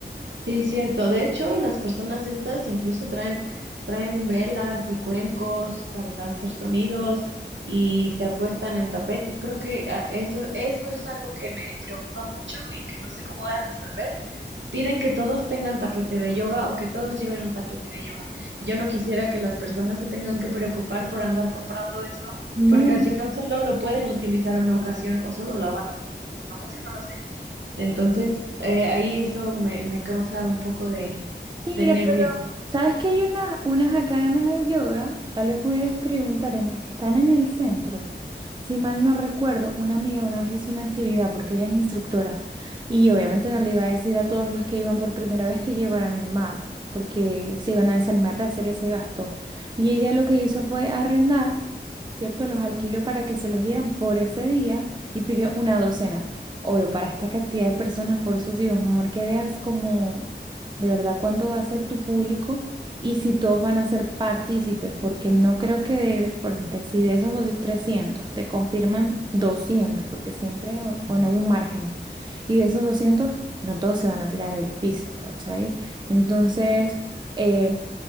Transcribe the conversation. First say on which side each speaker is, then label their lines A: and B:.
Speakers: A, on the right; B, on the right.
A: Sí, cierto. De hecho, las personas estas incluso traen, traen velas y cuencos para hacer sonidos y te acuestan en tapetes. Creo que ah, eso, eso es algo que me preocupa mucho y que no sé cómo voy a resolver. Piden que todos tengan tapete de yoga o que todos lleven un tapete de yoga. Y yo no quisiera que las personas se tengan que preocupar por andar comprando eso,
B: No.
A: porque al final solo lo pueden utilizar una ocasión o solo la van a utilizar una ocasión, no lo sé. Entonces, eh, ahí eso me, me causa un poco de,
B: Mira,
A: de nervio.
B: pero ¿sabes que hay unas, unas academias de yoga? Tal vez pudieras preguntar en las que están en el centro. Si mal no recuerdo, una amiga una vez hizo una actividad porque ella es instructora y obviamente no le iba a decir a todos los que iban por primera vez que llevaran el mat porque se iban a desanimar de hacer ese gasto. Y ella lo que hizo fue arrendar, ¿cierto? Los alquiló para que se los dieran por ese día y pidió una docena. Obvio, para esta cantidad de personas, por eso digo, mejor que veas como de verdad cuánto va a ser tu público y si todos van a ser partícipes, porque no creo que de, por ejemplo, si de esos dos- 300 te confirman 200 porque siempre, bueno, hay un margen, y de esos 200 no todos se van a tirar el piso, ¿cachai? Entonces, eh,